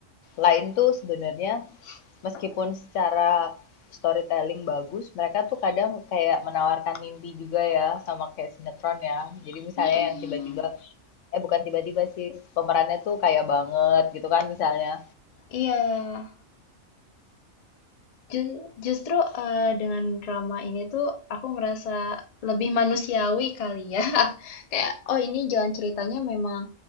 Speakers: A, on the left; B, on the left.
A: lain tuh sebenarnya meskipun secara storytelling bagus, mereka tuh kadang kayak menawarkan mimpi juga ya, sama kayak sinetron ya. Jadi misalnya
B: Mhm,
A: yang tiba-tiba eh, bukan tiba-tiba sih, pemerannya tuh kaya banget gitu kan misalnya.
B: iya. Ju justru, eee, dengan drama ini tuh aku merasa lebih manusiawi kali ya. <laughs> Kayak, oh ini jalan ceritanya memang,